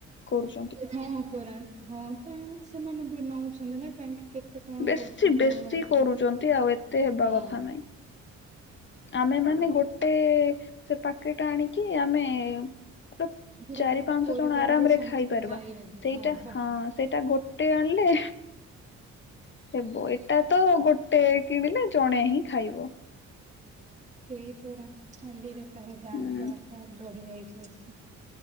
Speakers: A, on the left (about 40°); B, on the right (about 25°).
A: କରୁଛନ୍ତି।
B: ହଁ ପରା। ହଁ ତା ସେମାନେ ବି ନଉଛନ୍ତି ନା ତାଙ୍କେ କେତେ କଣ
A: ବେଶୀ
B: କରୁଛନ୍ତି
A: ବେଶୀ
B: ଆଉ ଆଜିକାଲି
A: କରୁଛନ୍ତି ଆଉ ଏତେ ହେବା
B: ହଁ।
A: କଥା ନାହିଁ। ଆମେ ମାନେ ଗୋଟେ ସେ ପାକେଟ ଆଣିକି ଆମେ ଗୋଟେ
B: ପୁରା
A: ଚାରି ପାଞ୍ଚଶ
B: ପରିବାରର
A: ଜଣ ଆରାମ ରେ
B: ସମସ୍ତେ
A: ଖାଇପାରିବା।
B: ଖାଇ ହେବେ
A: ସେଇଟା
B: ବା
A: ହଁ। ସେଇଟା ଗୋଟେ ଆଣିଲେ ହେବ ଏଇଟା ତ ଗୋଟେ କିଣିଲେ ଜଣେ ହିଁ ଖାଇବ।
B: ସେଇ ପରା ଖାଲିରେ ତାର ଦାମ୍
A: ହୁଁ
B: ଟା ଆ ବଢି଼ ଯାଇଛି ବେଶୀ।